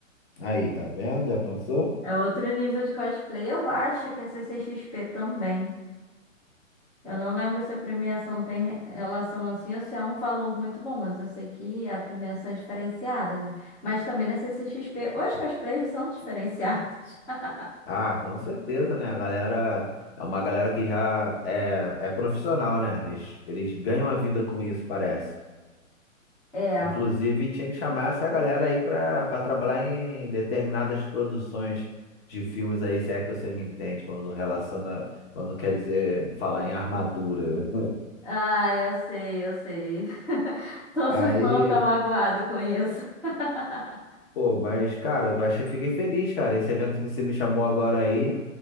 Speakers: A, on the left; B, in the centre.
A: Aí, tá vendo? Já pensou?
B: É outro nível de cosplay, eu acho que a CCXP também. Eu não lembro se a premiação tem re- relação assim ou se é um valor muito bom, mas eu sei que a premiação é diferenciada, né? Mas também na CCXP, os cosplayers são diferenciados. <laughs>
A: Ah, com certeza, né? A galera é uma galera que já é, é profissional, né? Eles, eles ganham a vida com isso, parece.
B: É.
A: Inclusive, tinha que chamar essa galera aí pra, para trabalhar em determinadas produções de filmes aí, se é que você me entende, quando relaciona, quando quer dizer falar em armadura. <laughs>
B: Ah, eu sei, eu sei. <laughs> Tô
A: Aí,
B: só só tô magoado com isso. <laughs>
A: pô, mas, cara, eu achei, fiquei feliz, cara. Esse evento que você me chamou agora aí.